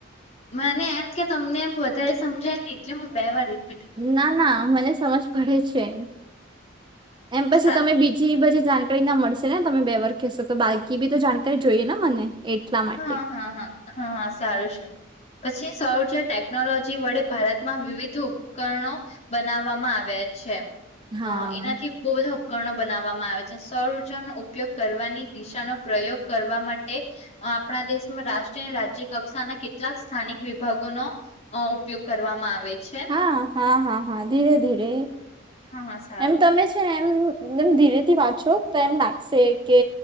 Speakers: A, on the left; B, on the right.
A: મને એમ કે તમને એમ વધારે સમજાયને એટલે હું બે વાર રીપ
B: ના ના મને સમજ પડે છે. એમ પછી
A: સા
B: તમે બીજી બજી જાણકારી ના મળશે ને તમે બે વાર કહેશો તો. બાકી બી તો જાણકારી જોઈએ ને મને. એટલા માટે
A: હા હા હા હા હા સારું છે. પછી સોજટે ટેકનોલોજી વડે ભારતમાં વિવિધ ઉપકરણો બનાવવામાં આવ્યા છે.
B: હા
A: હ એનાથી બહુ બદુ ઉપકણો બનાવવામાં આવે છે. સૌ ઉર્જાનો ઉપયોગ કરવાની દિશાનો પ્રયોગ કરવા માટે આપણા દેશમાં રાષ્ટ્રીય અને રાજ્ય કક્ષાના કેટલાક સ્થાનિક વિભાગોનો ઉપયોગ કરવામાં આવે છે
B: હા હા હા હા ધીરે ધીરે,
A: હા હા સારું
B: એમ તમે છે એમ એકદમ ધીરેથી વાંચો તો એમ લાગશે કે